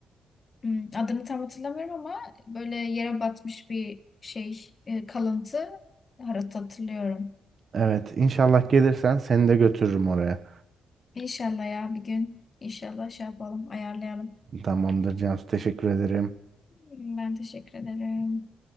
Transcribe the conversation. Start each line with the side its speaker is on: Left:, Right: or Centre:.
Left: Hmm, Adını tam hatırlamıyorum ama böyle yere batmış bir şey e, kalıntı harita hatırlıyorum.
Right: Evet, inşallah gelirsen seni de götürürüm oraya.
Left: İnşallah ya bir gün. İnşallah şey yapalım, ayarlayalım.
Right: Tamamdır Cansu, teşekkür ederim.
Left: Tamam, Ben teşekkür ederim.